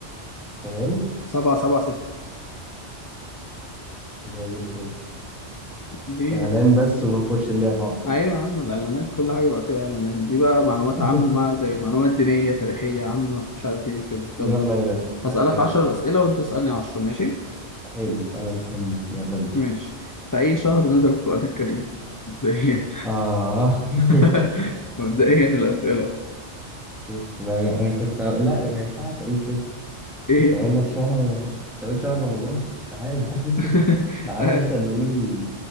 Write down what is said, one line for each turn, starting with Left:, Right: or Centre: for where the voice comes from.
Centre: تمام
Left: 7 7
Centre: زي الفل
Left: دي
Centre: إعلان بس ونخش اللعبة على طول
Left: ايوه يا عم الاعلانات كل حاجه بقى فيها اعلانات دي بقى معلومات
Centre: <laughs>
Left: عامه زي معلومات دينيه تاريخيه عامه مش عارف ايه كده
Centre: يلا
Left: يلا
Centre: يا باشا
Left: هسالك
Centre: أنا جاي
Left: 10 اسئله وانت تسالني 10 ماشي
Centre: حلو أنا مستنيك يلا بينا
Left: ماشي في اي شهر نزل القران الكريم مبدئيا
Centre: آه <laughs>
Left: <laughs> مبدئيا الاسئله
Centre: بس ما- أنا كنت أقول لا ما ينفعش أقول كده
Left: ايه
Centre: كنت أقول لك شهر كنت أقول شهر رمضان بس استحالة <laughs>
Left: <laughs>
Centre: تعالى
Left: آه.
Centre: مثلا نقول